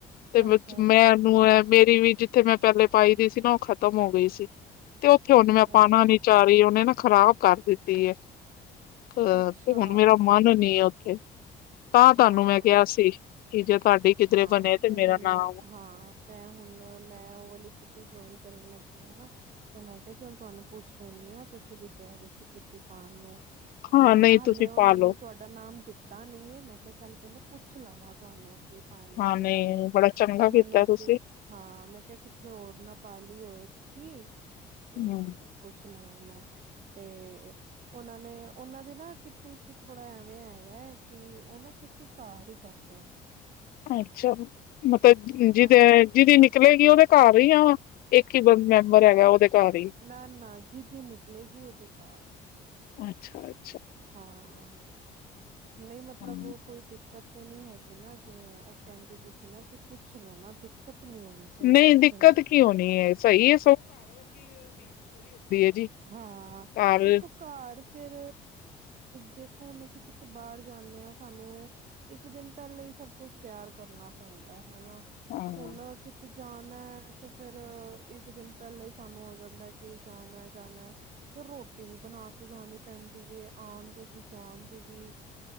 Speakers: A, on the left; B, on the right.
A: ਤੇ
B: ਅੱਛਾ
A: ਮੈਂ
B: ਅੱਛਾ
A: ਉਹਨੂੰ ਮੇਰੀ ਵੀ ਜਿੱਥੇ ਮੈਂ ਪਹਿਲੇ ਪਾਈ ਦੀ ਸੀ ਨਾ ਉਹ ਖ਼ਤਮ ਹੋ ਗਈ ਸੀ। ਤੇ ਉੱਥੇ ਉਹਨੇ
B: ਅੱਛਾ
A: ਮੈਂ ਪਾਣਾ
B: ਅੱਛਾ
A: ਨੀ ਚ ਰਹੀ ਉਹਹਨੇ ਨਾ ਖ਼ਰਾਬ ਕਰ ਦਿੱਤੀ। ਅ ਤੇ
B: ਅੱਛਾ
A: ਹੁਣ ਮੇਰਾ ਮਨ ਨੀ ਹੈ ਉੱਥੇ, ਤਾਂ ਤੁਹਾਨੂੰ
B: ਹਾਂ
A: ਮੈਂ ਕਿਹਾ ਸੀ ਕੀ ਜੇ ਤੁਹਾਡੀ ਕਿਧਰੇ
B: ਹਾਂ
A: ਬਣੇ
B: ਤੇ ਹੁਣ
A: ਮੇਰਾ ਨਾਮ
B: ਹਾਂ ਮੈਂ ਹੁਣ ਮੈਂ ਉਹ ਵਾਲੀ ਕਿੱਟੀ ਜੁਆਇਨ, ਕਰਨ ਲੱਗੀ ਆ ਤੇ ਮੈਂ ਕਿਹਾ ਚੱਲ ਤੁਹਾਨੂੰ ਪੁੱਛ ਲੈਂਦੀ ਹਾਂ। ਤੁਸੀਂ ਵੀ ਕਹਿ ਰਹੇ ਸੀ ਕਿਟੀ ਪਾਨ ਨੂੰ
A: ਹਾਂ
B: ਤੇ ਮੈਂ
A: ਨਹੀਂ
B: ਹਾਲੇ
A: ਤੁਸੀਂ
B: ਉਹਨਾ
A: ਪਾਲੋ
B: ਨੂੰ ਤੁਹਾਡਾ ਨਾਮ ਦਿੱਤਾ ਨੀ ਮੈਂ ਕਿਹਾ ਚੱਲ ਕਹਿੰਦੇ ਪੁੱਛ ਲਵਾਂ ਤੁਹਾਨੂੰ ਕਿ ਪਾਣੀ
A: ਹਾਂ
B: ਨੀ
A: ਨਹੀਂ
B: ਪਾਣੀ
A: ਬੜਾ ਚੰਗਾ ਕੀਤਾ
B: ਮਨੋ
A: ਤੁਸੀਂ
B: ਸੀ ਹਾਂ ਮੈਂ ਕਿਹਾ ਕਿੱਥੇ ਹੋਰ ਨਾ ਪਾ ਲਈ ਹੋਏ, ਤੁਸੀਂ ਤੇ
A: ਹਮ
B: ਪੁੱਛ ਲਵਾ ਤੇ ਉਹਨਾਂ ਨੇ ਉਹਨਾਂ ਦੀ ਨਾ ਕਿੱਟੀ ਚ ਥੋੜਾ ਐਵੇਂ ਹੈਗਾ ਹੈ ਕਿ, ਉਹ ਨਾ ਕਿਟੀ ਘਰ ਹੀ ਕਰਦੇ ਨੇ,
A: ਅੱਛਾ, ਮਤਲਬ ਜਿਹਦੇ
B: ਹਾਂ
A: ਜਿਹਦੀ ਨਿਕਲੇਗੀ ਉਹਦੇ ਘਰ ਹੀ ਆ ਇੱਕ ਹੀ ਮੈਂਬਰ ਹੈਗਾ ਉਹਦੇ ਘਰ ਹੀ
B: ਨਾ-ਨਾ ਜਿਦੀ ਨਿਕਲੇਗੀ ਉਹਦੇ ਘਰ
A: ਅੱਛਾ ਜੀ
B: ਹਾਂ ਨਹੀਂ ਮਤਲਬ
A: ਹਾਂ
B: ਕੋਈ ਦਿੱਕਤ, ਤੇ ਨੀ ਹੈਗੀ ਨਾ ਜਿਵੇਂ ਉਹ ਕਹਿੰਦੀ ਪਈ ਸੀ ਨਾ ਕਿ ਪੁੱਛ ਲੈਣਾ ਦਿੱਕਤ ਨਹੀਂ ਹੋਣੀ ਚਾਹੀਦੀ
A: ਨਹੀਂ
B: ਕਿਸੇ
A: ਦਿੱਕਤ
B: ਨੂੰ
A: ਕਿਉਂ ਨੀ ਐ ਸਹੀ ਜੀ
B: ਹਾਂ
A: ਘਰ
B: ਦੇਖੋ ਘਰ ਫੇਰ ਦੇਖ ਹੁਣ ਅਸੀਂ ਕਿੱਥੇ ਬਾਹਰ ਜਾਣੇ ਹਾਂ ਸਾਨੂੰ ਇੱਕ ਦਿਨ ਪਹਿਲਾਂ ਹੀ ਸਭ ਕੁਛ ਤਿਆਰ ਕਰਨਾ ਪੈਂਦਾ ਹਨਾ
A: ਹਾਂ
B: ਹੁਣ ਕਿਥੇ ਜਾਣਾ ਹੈ ਤੇ ਫੇਰ ਇੱਕ ਦਿਨ ਪਹਿਲਾਂ ਹੀ ਸਾਨੂੰ ਹੋ ਜਾਂਦਾ ਹੈ ਕਿ ਜਾਣ ਹੈ। ਜਾਣਾ ਫਿਰ ਰੋਟੀ ਵੀ ਬਣਾ ਕੇ ਜਾਣੀ ਪੈਂਦੀ ਹੈਏ ਆਉਣ ਦੀ ਵੀ ਜਾਣ ਦੀ ਵੀ,